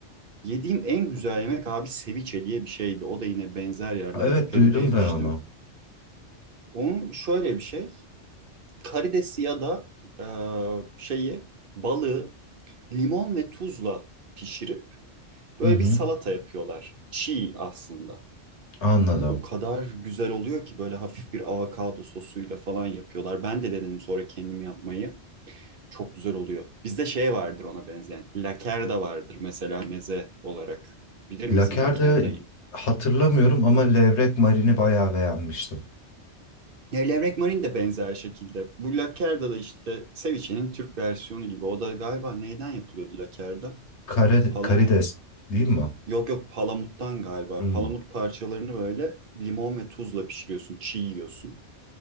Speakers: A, on the right; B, on the left.
A: Yediğim en güzel yemek abi ceviche diye bir şeydi. O da yine benzer yerlerde
B: Evet
A: Peru'da
B: duydum
A: yemiştim.
B: ben onu.
A: Onun şöyle bir şey. Karidesi ya da e, şeyi balığı limon ve tuzla pişirip Böyle
B: Hı hı,
A: bir salata yapıyorlar. Çiğ aslında.
B: anladım.
A: Ama o kadar güzel oluyor ki böyle hafif bir avokado sosuyla falan yapıyorlar. Ben de denedim sonra kendim yapmayı. Çok güzel oluyor. Bizde şey vardır ona benzeyen. Lakerda vardır mesela meze olarak. Bilir misin
B: Laker'de
A: lakerdayı?
B: hatırlamıyorum ama levrek marini bayağı beğenmiştim.
A: E, Levrek marin de benzer şekilde. Bu lakerda da işte ceviche'nin Türk versiyonu gibi. O da galiba neyden yapılıyordu lakerda?
B: Kare,
A: Palamut
B: karides değil mi? o?
A: Yok yok palamuttan galiba.
B: Hmm.
A: Palamut parçalarını böyle limon ve tuzla pişiriyorsun, çiğ yiyorsun.